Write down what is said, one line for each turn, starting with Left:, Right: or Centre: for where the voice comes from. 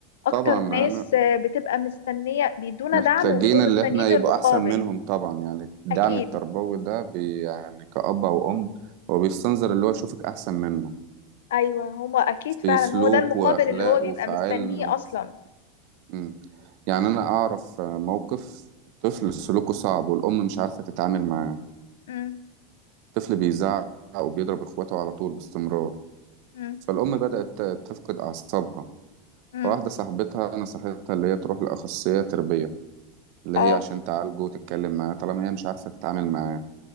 Left: أكتر
Right: طبعا
Left: ناس
Right: انا
Left: آه، بتبقى مستنية بيدونا
Right: محتاجين
Left: دعم وبيبقوا
Right: اللي
Left: مستنيين
Right: احنا يبقى
Left: المقابل
Right: احسن منهم طبعا يعني الدعم
Left: اكيد
Right: التربوي ده بي يعني كأب او ام هو بيستنظر اللي هو يشوفك احسن منه
Left: ايوه هما اكيد
Right: في
Left: فعلا
Right: سلوك
Left: هو ده المقابل
Right: واخلاق
Left: اللي هو بيبقى
Right: وفي
Left: مستنيه
Right: علم وفي...
Left: اصلا
Right: مم. يعني انا اعرف آه، موقف طفل سلوكه صعب والام مش عارفة تتعامل معاه
Left: امم
Right: طفل بيزعق وبيضرب اخواته على طول باستمرار
Left: امم
Right: فالأم بدأت تفقد أعصابها
Left: امم
Right: فواحدة صاحبتها نصحتها اللي هي تروح لأخصائية تربية اللي
Left: اه
Right: هي عشان تعالجه وتتكلم معاه طالما هي مش عارفة تتعامل معاه